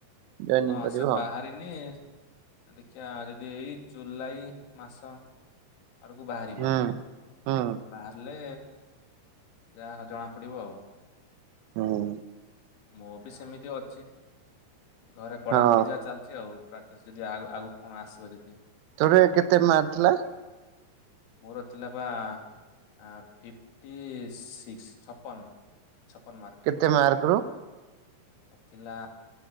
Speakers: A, on the right; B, on the left.
A: ଜଏନିଂ
B: ହଁ
A: କରିବ
B: ସେ
A: ଆଉ
B: ବାହାରିନି ଦେଖିବା ଯଦି ଏଇ ଜୁଲାଇ ମାସ ଆଡକୁ ବାହାରିବ
A: ହୁଁ। ହୁଁ
B: ବା ଲେ ଯାହା ଜଣା ପଡ଼ିବ ଆଉ।
A: ହଁ
B: ମୁଁ ବି ସେମିତି ଅଛି ଘରେ ପଢାପଢି
A: ହଁ
B: ଯାହା ଚାଲି ଆଉ ପ୍ରାକ୍ଟିସ୍ ଯଦି ଆଗକୁ କଣ ଆସିବ ଯଦି।
A: ତୋର କେତେ ମାର ଥିଲା?
B: ମୋର ଥିଲା ବା ଫିଫ୍ଟି ସିକ୍ସ ଛପନ। ଛପନ ମାର୍କ
A: କେତେ ମାର୍କ ରୁ
B: ଥିଲା